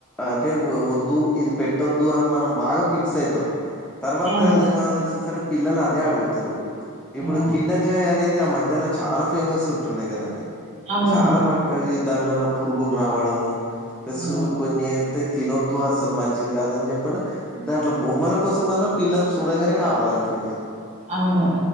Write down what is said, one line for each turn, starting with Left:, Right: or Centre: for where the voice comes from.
Centre: అంటే వద్దు ఇది పెట్టొద్దు అని మనం బాగా ఫిక్స్ అయితాం తర్వాత
Right: అవును
Centre: ఏమనేసి అంటే పిల్లలు అదే అడుగుతారు ఇప్పుడు
Right: ఆ
Centre: కిండర్జోయ్ అనేది ఆ మధ్యలో చాలా ఫేమస్ ఉంటుండే కదండి
Right: అవునండి
Centre: చాలా మట్కయే దానిలలో పురుగులు రావడము ప్లస్
Right: హ్మ్.
Centre: కొన్ని అయితే తినొద్దు అసలు మంచిది కాదు అని చెప్పడు దాంట్లో బొమ్మల కోసం అన్నా పిల్లలు చూడంగానే కావాలంటుండి
Right: అవును